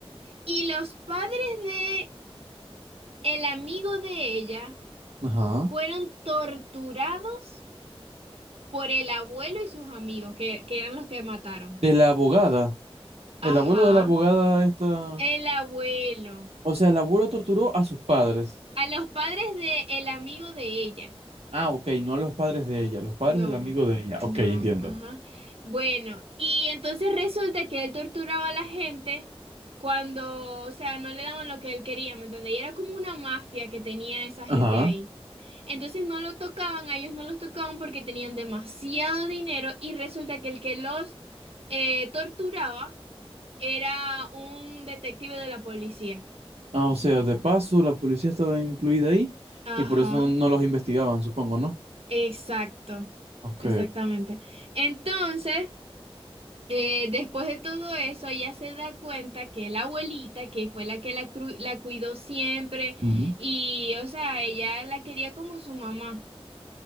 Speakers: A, on the right; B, on the right.
A: Y los padres de el amigo de ella
B: Ajá.
A: fueron torturados por el abuelo y sus amigos, que, que eran los que mataron.
B: De la abogada.
A: Ajá,
B: El abuelo de la abogada esta...
A: el abuelo.
B: O sea, el abuelo torturó a sus padres.
A: A los padres de el amigo de ella.
B: Ah, ok, no a los padres de ella, los padres
A: No,
B: del amigo de ella.
A: no,
B: Ok, entiendo.
A: ajá. Bueno, y entonces resulta que él torturaba a la gente cuando, o sea, no le daban lo que él quería, ¿me entiendes? Y era como una mafia que tenía esa gente
B: Ajá.
A: ahí. Entonces no lo tocaban, a ellos no los tocaban porque tenían demasiado dinero y resulta que el que los eh, torturaba era un detective de la policía.
B: Ah, o sea, de paso, la policía estaba incluida ahí
A: Ajá.
B: y por eso no los investigaban, supongo, ¿no?
A: Exacto,
B: Ok.
A: exactamente. Entonces, eh, después de todo eso, ella se da cuenta que la abuelita, que fue la que la, cru- la cuidó siempre,
B: Ujú.
A: y, o sea, ella la quería como su mamá.